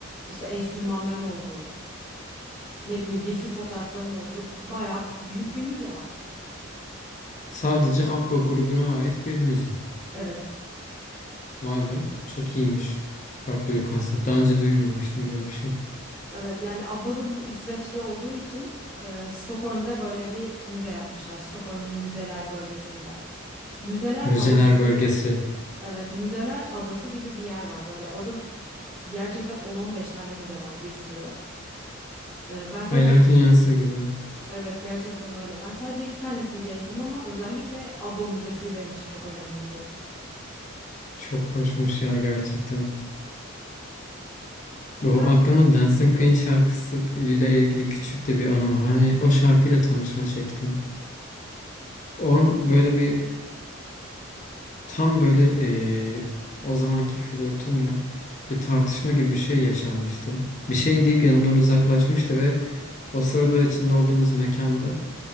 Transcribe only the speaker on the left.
Sadece ABBA grubuna ait bir müze.
Vay be, çok iyiymiş. Farklı bir konsept. Daha önce duymamıştım böyle bir şey.
Müzeler
bölgesi.
Hayal
dünyası gibi.
Çok hoşmuş ya gerçekten. Bu
ABBA'nın Dancing Queen şarkısı ile ilgili küçük de bir anım var. Hani o şarkıyla tanışma şeklim. On böyle bir tam böyle eee, o zamanki flörtümle bir tartışma gibi bir şey yaşanmıştı. Bir şey deyip yanımdan uzaklaşmıştı ve o sırada içinde olduğumuz mekanda